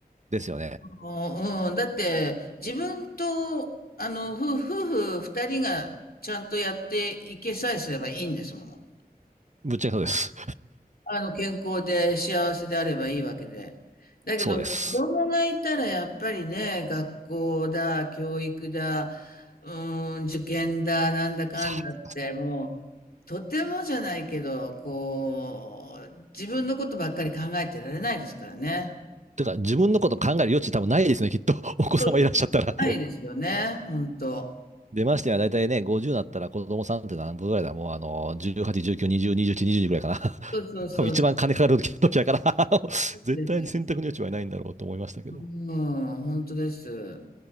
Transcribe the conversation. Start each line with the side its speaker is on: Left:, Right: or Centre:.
Right: ですよね。
Left: もう、うん、だって、自分と、あの、夫夫婦二人がちゃんとやっていけさえすればいいんですもの。
Right: ぶっちゃけそうです。
Left: あの、健康で幸せであればいいわけで。
Right: <laughs>
Left: だけど、
Right: そうです。
Left: 子供がいたらやっぱりね、学校だ、教育だ、うーん、受験だ、なんだかんだって、
Right: そう。
Left: もう、とてもじゃないけど、こう、自分のことばっかり考えてられないですからね。
Right: てか、自分のこと考える余地多分ないですね、きっと。<laughs> お子様いらっしゃったら。
Left: そうないですよね、本当。
Right: 出ましてはだいたいね、50になったら子供さんって何分ぐらいだもうあの、18、19、20、21、22ぐらいかな。
Left: そうそうそう、
Right: <laughs> 多分一番金かかる時時だから <laughs>
Left: そうですよ。
Right: 絶対に選択の余地はいないんだろうと思いましたけど。
Left: うん、本当です。